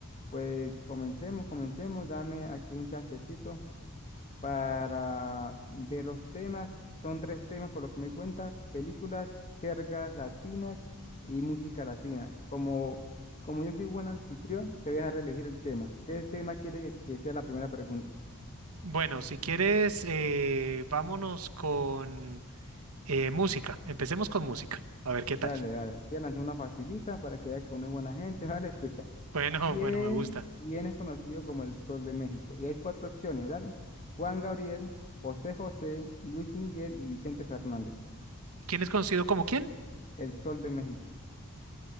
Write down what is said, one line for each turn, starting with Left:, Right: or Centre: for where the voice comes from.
Left: pues comencemos, comencemos, dame aquí un chancecito para ver los temas. Son tres temas por lo que me di cuenta, películas, jergas latinas y música latina. Como, como yo soy buen anfitrión, te voy a dejar elegir el tema. ¿Qué tema quieres que, que sea la primera pregunta?
Right: Bueno, si quieres, eh, vámonos con eh, música. Empecemos con música. A ver qué
Left: Dale,
Right: tal.
Left: dale. Te voy a lanzar una facilita para que veas que uno es buena gente. <laughs> Vale, escucha.
Right: Bueno,
Left: ¿Quién,
Right: <laughs> bueno, me gusta.
Left: quién es conocido como el Sol de México? Y hay cuatro opciones, dale. Juan Gabriel, José José, Luis Miguel y Vicente Fernández.
Right: ¿Quién es conocido como quién?
Left: El Sol de México.